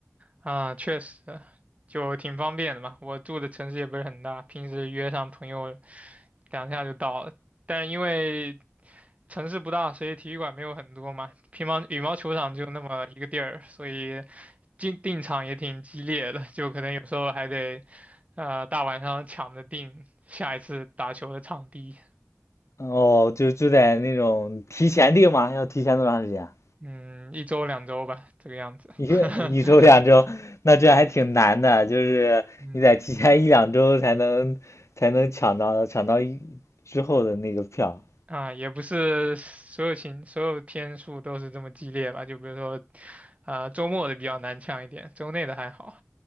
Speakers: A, on the right; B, on the left.
A: 啊，确实，就挺方便的嘛。我住的城市也不是很大，平时约上朋友两下就到了。但因为城市不大，所以体育馆没有很多嘛。乒乓羽毛球场就那么一个地儿，所以订订场也挺激烈的，就可能有时候还得，呃，大晚上抢着订下一次打球的场地。
B: 哦，就就在那种提前订吗？要提前多长时间啊？
A: 嗯，一周两周吧，这个样子。
B: 一一周两周，
A: <laughs>
B: 那这还挺难的，就是你得提前一两周才能才能抢到抢到一之后的那个票。
A: 嗯啊，也不是所有情所有天数都是这么激烈吧？就比如说，啊、周末的比较难抢一点，周内的还好。